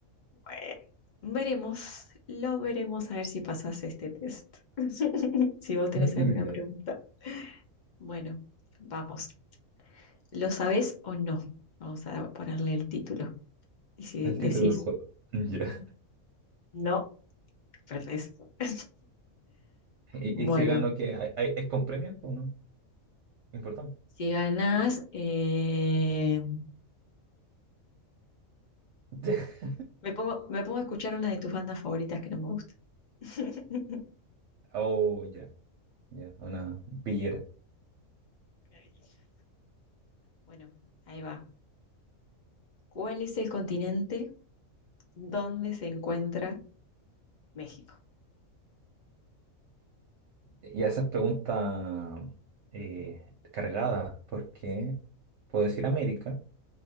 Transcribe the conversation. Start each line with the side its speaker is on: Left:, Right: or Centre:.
Left: Bueno, veremos, lo veremos a ver si pasas este test. <laughs> Si vos tenés
Right: <laughs>
Left: alguna
Right: Ya,
Left: pregunta. Bueno, vamos. ¿Lo sabés o no? Vamos a ponerle el título. Y si
Right: el
Left: decís
Right: título del juego. <clears throat> Ya.
Left: no, perdés. <laughs>
Right: Y,
Left: Bueno,
Right: y si gano, ¿qué? ¿Hay- hay- ¿Es con premio o no? Importante.
Left: si ganás, eh,
Right: <laughs>
Left: Me pongo, me pongo a escuchar una de tus bandas favoritas que no me gusta. <laughs>
Right: Oh, ya, ya, una billera.
Left: Maravilloso. Bueno, ahí va. ¿Cuál es el continente donde se encuentra México?
Right: Y esas preguntas eh, cargadas, porque puedo decir América.